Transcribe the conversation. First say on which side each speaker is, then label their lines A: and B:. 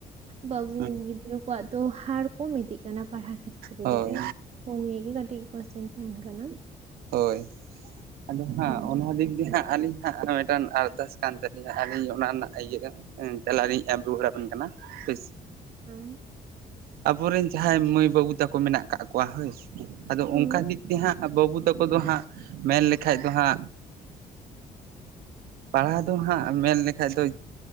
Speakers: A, on the right (about 45°); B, on the right (about 85°).
A: ᱵᱟᱹᱵᱩ
B: ᱦᱳᱭ
A: ᱜᱤᱫᱽᱨᱟᱹ ᱠᱚᱣᱟᱜ ᱫᱚ ᱦᱟᱨ ᱠᱚᱢ ᱤᱫᱤᱜ ᱠᱟᱱᱟ ᱯᱟᱲᱦᱟᱣ ᱠᱷᱮᱛᱨᱮ
B: ᱦᱳᱭ
A: ᱨᱮ ᱯᱳᱜᱮᱜ ᱜᱤ ᱠᱟᱹᱴᱤᱡ ᱠᱚᱥᱪᱮᱱ ᱛᱟᱦᱮᱱ ᱠᱟᱱᱟ
B: ᱦᱳᱭ ᱟᱫᱚ ᱦᱟᱸᱜ
A: ᱦᱳᱭ
B: ᱚᱱᱟ ᱫᱤᱠ ᱫᱤᱭᱮ ᱦᱟᱸᱜ ᱟᱹᱞᱤᱧ ᱦᱮᱸ ᱢᱤᱫ ᱴᱟᱝ ᱟᱨᱫᱟᱥ ᱠᱟᱱ ᱛᱟᱞᱤᱧᱟ ᱟᱨᱧ ᱚᱱᱟ ᱨᱮᱱᱟᱜ ᱤᱭᱟᱹ ᱛᱮᱟᱞᱟᱨᱤᱧ ᱮᱢ ᱨᱩᱣᱟᱹᱲ ᱟᱵᱮᱱ ᱠᱟᱱᱟ ᱵᱮᱥ
A: ᱦᱮᱸ
B: ᱟᱵᱚᱨᱮᱱ ᱡᱟᱦᱟᱸᱭ ᱢᱟᱹᱭ ᱵᱟᱹᱵᱩ ᱛᱟᱠᱚ ᱢᱮᱱᱟᱜ ᱠᱟᱜ ᱠᱚᱣᱟ ᱦᱳᱭ ᱟᱫᱚ
A: ᱦᱳᱭ
B: ᱚᱱᱠᱟ ᱫᱤᱠ ᱛᱮ ᱦᱟᱸᱜ ᱵᱟᱹᱵᱩ ᱛᱟᱠᱚ ᱫᱚ ᱦᱟᱸᱜ ᱢᱮᱱ ᱞᱮᱠᱷᱟᱡ ᱫᱚ ᱦᱟᱸᱜ ᱯᱟᱲᱦᱟᱣ ᱫᱚ ᱦᱟᱸᱜ ᱢᱮᱱ ᱞᱮᱠᱷᱟ ᱫᱚᱦᱸ